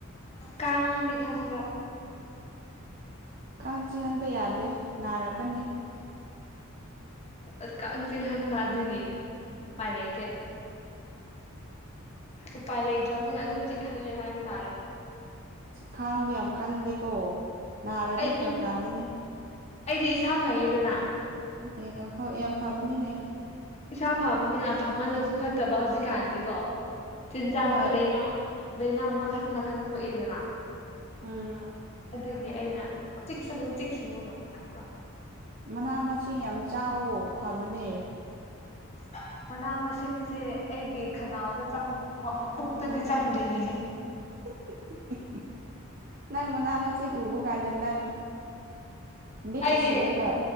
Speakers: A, on the left; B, on the right.
A: ꯀꯥꯡ ꯄꯤꯛꯍꯟꯕ
B: ꯀꯥꯡ ꯆꯤꯍꯟꯕ ꯌꯥꯗꯦ ꯅꯥꯔꯛꯀꯅꯤ
A: ꯑ ꯀꯥꯡꯁꯤꯦ ꯍꯟꯕ ꯑꯗꯨꯒꯤ ꯎ ꯄꯥꯏ ꯂꯩꯇꯦ ꯎꯄꯥꯏ ꯂꯩꯇ꯭ꯔꯕꯅꯤꯅ ꯑꯗꯨꯝ ꯆꯤꯛꯍꯜꯂꯦ ꯍꯥꯏꯕ ꯇꯥꯔꯦ
B: ꯈꯥꯡꯕꯨ ꯌꯥꯝ ꯀꯜꯂꯦꯀꯣ ꯅꯥꯔꯗꯤ
A: ꯑꯩꯗꯤ
B: ꯐꯔꯛ ꯇꯥꯒꯅꯤ
A: ꯑꯩꯗꯤ ꯏꯁꯥ ꯐꯩꯌꯦꯗꯅ
B: ꯑꯦ ꯑ ꯍꯣꯏ ꯌꯥꯝ ꯐꯕꯅꯤꯅꯦ
A: ꯏꯁꯥ ꯐꯝꯅꯤꯅ ꯐꯝꯍꯜꯂꯁꯨ ꯐꯠꯇꯕ ꯍꯧꯖꯤꯛꯀꯥꯟꯗꯤꯀꯣ ꯆꯤꯟꯖꯥꯛꯇ
B: ꯍꯣꯏ
A: ꯂꯩꯅꯥ ꯂꯥꯏꯅꯥ ꯃꯈꯟ ꯃꯈꯟ ꯊꯣꯛꯑꯦꯗꯅ
B: ꯎꯝ
A: ꯑꯗꯨꯒꯤ ꯑꯩꯅ ꯆꯤꯛꯁꯅꯨ ꯆꯤꯛꯁꯅꯨꯒ ꯊꯝꯕ
B: ꯃꯅꯥ ꯃꯁꯤꯡ ꯌꯥꯝ ꯆꯥꯎꯋ ꯐꯕꯅꯦ
A: ꯑ ꯃꯅꯥ ꯃꯁꯤꯡꯁꯦ ꯑꯩꯒꯤ ꯈꯅꯥꯎꯗ ꯆ ꯄꯨꯈꯛꯇꯗꯤ ꯆꯪꯗꯅꯤ
B: <inaudible> ꯅꯪ ꯃꯅꯥ ꯃꯁꯤꯡ ꯎꯕ ꯀꯥꯟꯗ ꯅꯪ ꯃꯤꯠ
A: ꯑꯩꯒꯤ
B: ꯎꯁꯤꯜꯂꯒ